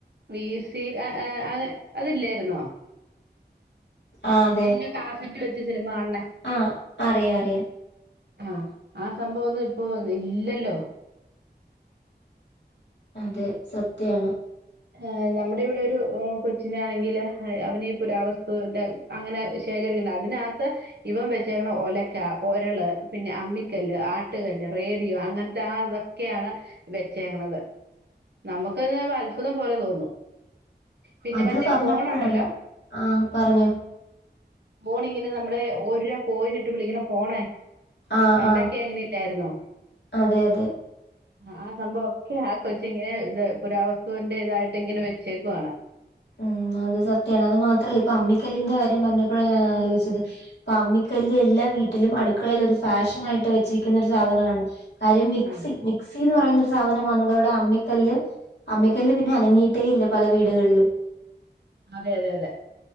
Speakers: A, on the right (about 70°); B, on the left (about 85°).
A: വി സി ആഹ് ആഹ് അതില്ലായിരുന്നോ?
B: ആ അതെ
A: വല്ല്യ കാസറ്റ് വെച്ച് സിനിമ കാൺണെ.
B: ആ അറിയാം അറിയാം
A: ആഹ് ആ സംഭവൊന്നിപ്പൊ ഇല്ലല്ലോ.
B: അതെ സത്യാണ്.
A: അ് നമ്മുടെ ഇവിടെ ഒരു കൊച്ചിനൊണെങ്കിൽ ആഹ് അവനീ പുരാവസ്തുൻ്റെ അങ്ങനെ ശേഖരിക്ക്ണ്ട് അതിനാത്ത് ഇവം വെച്ചേക്ക്ണ് ഒലക്ക, ഒരള്, പിന്നെ അമ്മിക്കല്ല്, ആട്ടുകല്ല്, റേഡിയോ അങ്ങൻത്തെ ആതൊ ക്കെയാണ് വെച്ചേക്ക്ണത് നമുക്കത് അത്ഭുതം പോലെ തോന്നും. പിന്നെ
B: അത്
A: മറ്റേ
B: പറഞ്ഞപ്പഴാണ്
A: ഫോണുണ്ടല്ലോ
B: ആഹ് പറഞ്ഞോ.
A: ഫോണിങ്ങനെ നമ്മള് ഒരോ കോയിനിട്ട് വിളിക്കണ ഫോണ
B: ആ
A: പണ്ടൊക്കെ
B: ആ
A: അങ്ങനെ ഇല്ലായിരുന്നോ
B: അതെ അതെ
A: ആഹ് സംഭവൊക്കെ ആ കൊച്ച് ഇങ്ങനെ ഇത് പുരാവസ്തുവിന്റെ ഇതായിട്ട് ഇങ്ങനെ വെച്ചേക്കുവാണ്.
B: ഉം അത് സത്യാണ് അത് മാത്രല്ല ഇപ്പൊ അമ്മിക്കല്ലിന്റെ കാര്യം പറഞ്ഞപ്പഴാ ഞാൻ ആലോയിച്ചത്. ഇപ്പൊ അമ്മിക്കല്ല് എല്ലാ വീട്ടിലും അടുക്കളേല് ഒരു ഫാഷനായിട്ട് വെച്ചിരിക്കുന്ന ഒരു സാധനാണ്. കാര്യം മിക്സി
A: ആ
B: മിക്സ് സീന്ന് പറയുന്നൊരു സാധനം വന്നതോടെ അമ്മിക്കല്ല് അമ്മിക്കല്ല് പിന്നെ അനങ്ങിയിട്ടേ ഇല്ല പല വീടുകൾലും.
A: അതെ അതെതെ.